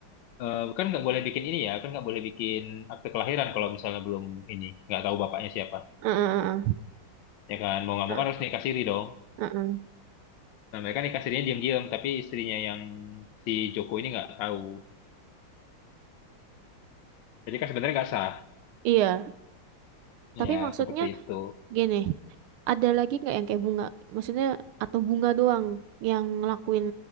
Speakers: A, on the left; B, on the right.
A: eh, kan nggak boleh bikin ini ya, kan nggak boleh bikin akte kelahiran kalau misalnya belum ini, nggak tahu bapaknya siapa.
B: heeh,
A: Ya kan, mau nggak
B: heeh,
A: mau kan harus nikah siri dong.
B: heeh.
A: Nah, mereka nikah sirinya diam-diam, tapi istrinya yang si Joko ini nggak tahu. Jadi kan sebenarnya nggak sah.
B: Iya, tapi
A: Ya,
B: maksudnya
A: seperti itu.
B: gini, ada lagi nggak yang kayak bunga? Maksudnya atau bunga doang yang ngelakuin